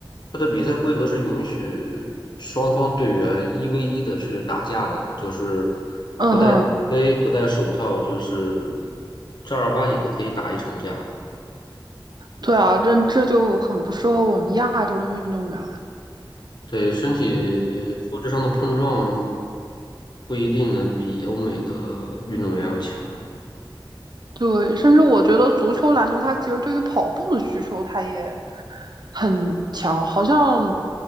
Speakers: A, on the left; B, on the right.
A: 它的比赛规则是允许双方队员一 v 一的去打架的，就是
B: 嗯哼，
A: 不戴杯、不戴手套，就是正儿八经的可以打一场架。
B: 对啊，这这就很不适合我们亚洲的运动员。
A: 对，身体呃素质上的碰撞不一定能比欧美的运动员要强。
B: 对，甚至我觉得足球、篮球，它其实对于跑步的需求，它也很强。好像